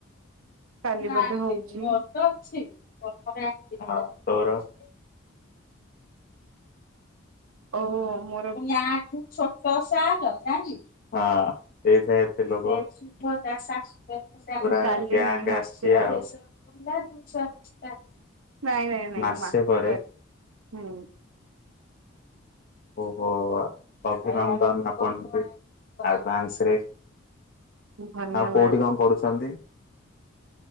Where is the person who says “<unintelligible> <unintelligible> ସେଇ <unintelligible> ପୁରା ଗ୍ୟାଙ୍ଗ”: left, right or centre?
Left